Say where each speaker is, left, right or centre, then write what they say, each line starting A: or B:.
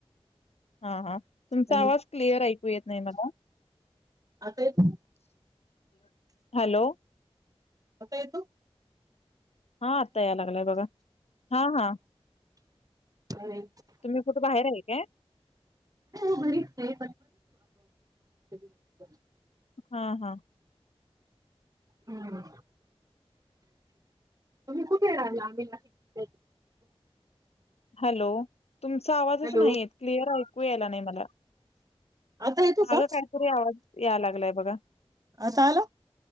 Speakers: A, on the left (about 80°); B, on the right (about 35°).
A: हा हा तुमचा
B: हॅलो.
A: आवाज क्लिअर ऐकू येत नाही म.
B: आता येतो
A: हॅलो.
B: आता येतो.
A: हा आता याय लागलाय बघा हा हा.
B: नाही नाही
A: तुम्ही कुठे बाहेर आहे काय?
B: घरीच हाय. ह <unintelligible>
A: हा हा
B: हम्म तुम्ही कुठे राहिले आम्ही नाशिकचे.
A: हॅलो. तुमचा आवाजच
B: हॅलो
A: नाहीेत क्लिअर ऐकू यायला नाही मला..
B: आता येतो
A: मागं
B: का
A: काहीतरी आवाज या लागलाय बघा.
B: आता आला